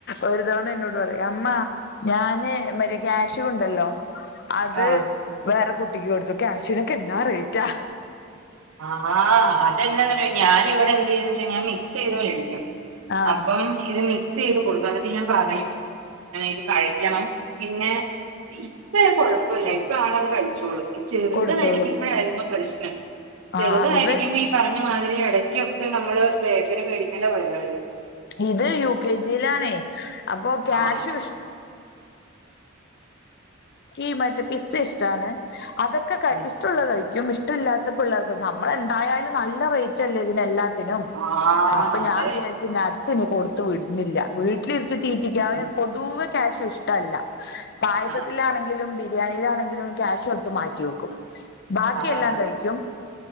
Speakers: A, on the left; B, on the right.
A: ഒരു തവണ എന്നോട് പറയും അമ്മ ഞാന് മറ്റ കാഷു ഉണ്ടല്ലോ അത്
B: ആ
A: വേറെ കുട്ടിക്ക് കൊടുത്തു. ക്യാശുവിനൊക്കെ എന്നാ റേറ്റാ
B: ആഹ്. അതെന്നാ ഞാന ഇവിടെ എന്ത് ചെയ്തച്ച ഞാൻ മിക്സ് ചെയ്ത് മേടിക്കും.
A: ആഹ്
B: അപ്പം ഇത് മിക്സ് ചെയ്ത് കൊടുക്കും. എന്നിട്ട് ഞാൻ പറയും ഇത് കഴി ക്കണം. പിന്നെ ഇപ്പ കൊഴപ്പില്ല ഇപ്പ ആളത് കഴിച്ചോളൂ ഈ ചെറുതായിയിരിക്കുമ്പോഴായിരുന്നു
A: കൊടുത്തോളും
B: പ്രശ്നം. ചെറുതായിരിക്കുമ്പോ
A: ആഹ് ഇവൻ
B: ഈ പറഞ്ഞ മാതിരി ഇടയ്ക്കൊക്കെ നമ്മള് ബേക്കറി മേടിക്കേണ്ട പറഞ്ഞവര്
A: ഇത് യു കെ ജിയിലാണേ അപ്പൊ ക്യാഷു
B: ആഹ്
A: ഇഷ് കീ മറ്റേ പിസ്ത ഇഷ്ടാണ്. അതൊക്കെ ക
B: ഉം
A: ഇഷ്ടമുള്ള കഴിക്കും. ഇഷ് ട ല്ലാത്ത പിള്ളേർക്ക് നമ്മളേന്തായാലും നല്ല റേറ്റ്ല്ലേ ഇതിനല്ലാത്ത പിന്നെ
B: ആഹ്
A: അപ്പൊ ഞാൻ
B: അതെ
A: വിചാ നട്സ് എനി കൊടുത്ത് വിടുന്നില്ല വീട്ടിലിരുത്തി തീറ്റക്ക് അവന്
B: ഉം
A: പൊതുവേ ക്യാഷ് ഇഷ്ട ല്ല പായസ
B: ആഹ്
A: ബിരിയാണിലാണെങ്കിലും ക്യാഷ്യു എടുത്തു മാറ്റി വെക്കും ബാക്കി
B: ആഹ്
A: എല്ലാം കഴിക്കും